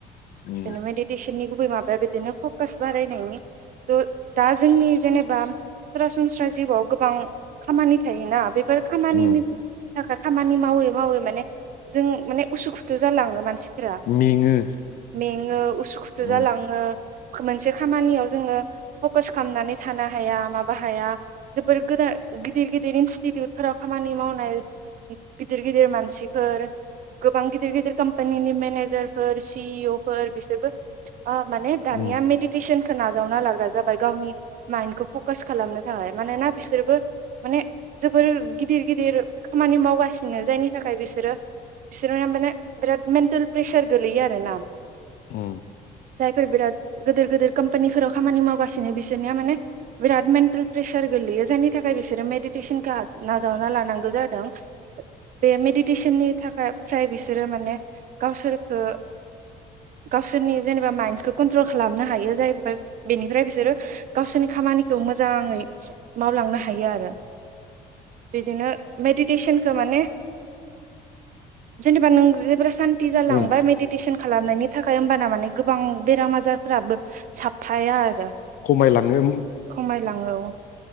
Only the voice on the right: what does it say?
बेनो मेदितेसननि गु बै माबाया बिदिनो फ कास बारायनायनि त दा जोंनि जेनेबा सरासनस्रा जिउआव गोबां खामानि थायोना बे बेफोर खामानिनि
थाखाय खामानि मावो मावो माने जों माने उसुखुथु जालाङो मानसि फोरा
मेङो उसु खुथु
जालाङो मोनसे खामानियाव जोङो फकास खालामनानै थानो हाया मा हाया जोबोर गोदान गिदिर गिदिर इनस्टिटिउटफोराव खामानि मावनाय गिदिर गिदिर मानसिफोर गोबां गिदिर गिदिर कम्पानिनि मेनेजारफोर सि इअ फोर बिसोरबो अ माने दानिया
मेडिटेसन खौ नाजावना लाग्रा जाबाय गावनि मायेनखौ फ कास खालामनो थाखाय मानोना बिसोरबो माने जोबोर गिदिर गिदिर खामानि मावगासिनो जायनि थाखाय बिसोरो बिसोर माने बिराद मेन्टेल प्रेसार गोलैयो आरोना
जायफोर बिराद गिदिर गिदिर कम्पानिफोराव खामानि मावगासिनो बिसोरनिया माने बिराद मेन्टेल प्रेसार गोलैयो जायनि थाखाय बिसोरो मेडिटेसनखौ नाजावना लानांगौ जादों बे मेडिटेसननि थाखाय फ्राय बिसोरो माने गावसोरखौ गावसोरनि जेनेबा माइन्डखौ कन्ट्रल खालामनो हायो जाय बेनिफ्राय बिसोरो गावसोरनि खामानि खौ मोजाङै मावलांनो हायो आरो बिदिनो मेडिटेसनखौ माने जेनेबा नों जेबोला सान जालांबाय
मेडिटेसन खालामनायनि थाखाय होनबाना माने गोबां बेराम आजार जारफ्राबो <unintelligible> आरो
खमायलाङो